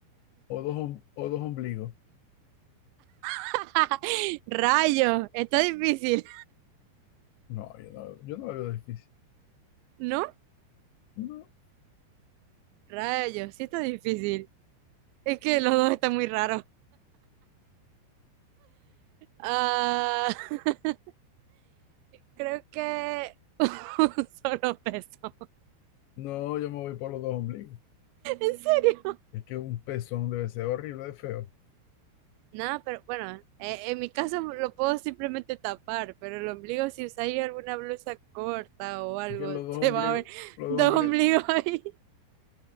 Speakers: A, on the left; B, on the right.
A: o dos, om- o dos ombligos?
B: <laughs> Rayos, está difícil,
A: No, yo no, yo no lo veo difícil.
B: ¿no?
A: No,
B: Rayos, sí está difícil. Es que los dos están muy raros. Ah, <laughs> creo que <laughs> un solo peso.
A: no, yo me voy por los dos ombligos.
B: ¿En serio?
A: Es que un pezón debe ser horrible de feo.
B: Nada, pero bueno, eh, en mi caso <laughs> lo puedo simplemente tapar, pero el ombligo, si usáis alguna blusa corta o algo,
A: Es Que los
B: <laughs>
A: dos
B: se
A: ombligos,
B: va a ver <laughs>
A: los
B: dos
A: dos ombligos.
B: ombligos ahí.